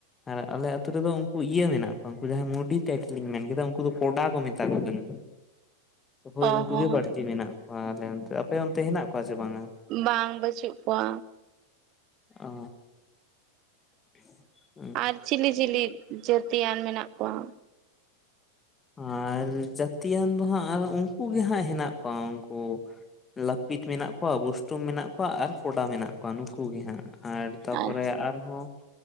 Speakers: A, on the left (about 15°); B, on the right (about 40°).
A: ᱟᱨ ᱟᱞᱮ ᱟᱛᱳ ᱨᱮᱫᱚ ᱩᱱᱠᱩ ᱤᱭᱟᱹ ᱢᱮᱱᱟᱜ ᱠᱚᱣᱟ ᱩᱱᱠᱩ ᱡᱟᱦᱟᱸᱭ ᱢᱩᱰᱤ ᱴᱟᱴᱮᱞᱤᱧ ᱢᱮᱱ ᱠᱮᱫᱟ ᱩᱱᱠᱩ ᱫᱚ ᱠᱚᱰᱟ ᱠᱚ ᱢᱮᱛᱟ ᱠᱚ ᱠᱟᱱᱟ ᱦᱳᱭ
B: ᱚ
A: ᱩᱱᱠᱩ
B: ᱦᱚᱸ
A: ᱜᱮ ᱵᱟᱹᱲᱛᱤ ᱢᱮᱱᱟᱜ ᱠᱚᱣᱟ ᱟᱞᱮ ᱚᱱᱛᱮ ᱟᱯᱮ ᱚᱱᱛᱮ ᱦᱮᱱᱟᱜ ᱠᱚᱣᱟ ᱥᱮ ᱵᱟᱝᱼᱟ
B: ᱵᱟᱝ ᱵᱟᱹᱪᱩᱜ ᱠᱚᱣᱟ
A: ᱚᱻ <inaudible>
B: ᱟᱨ ᱪᱤᱞᱤ ᱪᱤᱞᱤ ᱡᱟᱹᱛᱤᱭᱟᱱ ᱢᱮᱱᱟᱜ ᱠᱚᱣᱟ?
A: ᱟᱨ ᱡᱟᱹᱛᱤᱭᱟᱱ ᱫᱚ ᱦᱟᱸᱜ ᱟᱨ ᱩᱱᱠᱩ ᱜᱮ ᱦᱟᱸᱜ ᱦᱮᱱᱟᱜ ᱠᱚᱣᱟ ᱩᱱᱠᱩ ᱞᱟᱹᱯᱤᱛ ᱢᱮᱱᱟᱜ ᱠᱚᱣᱟ ᱵᱩᱥᱴᱩᱢ ᱢᱮᱱᱟᱜ ᱠᱚᱣᱟ ᱟᱨ ᱠᱚᱰᱟ ᱢᱮᱱᱟᱜ ᱠᱚᱣᱟ ᱱᱩᱠᱩ ᱜᱮ ᱦᱟᱸᱜ ᱟᱨ ᱛᱟ ᱯᱚᱨᱮ
B: ᱟᱪᱪᱷᱟ
A: ᱟᱨᱦᱚᱸ